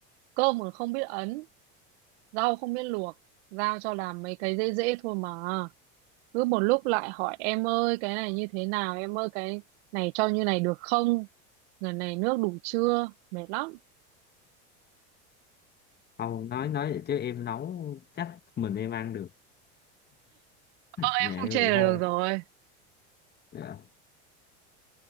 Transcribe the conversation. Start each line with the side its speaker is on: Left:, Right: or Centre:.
Right: cơm còn không biết ấn rau không biết luộc giao cho làm mấy cái dễ dễ thôi mà cứ một lúc lại hỏi em ơi cái này như thế nào em ơi cái này cho như này được không lần này nước đủ chưa mệt lắm
Left: Không nói nói vậy chứ em nấu chắc mình em ăn được
Right: em
Left: Dạ em
Right: không chê
Left: cũng
Right: là
Left: không
Right: được
Left: ăn
Right: rồi
Left: Dạ.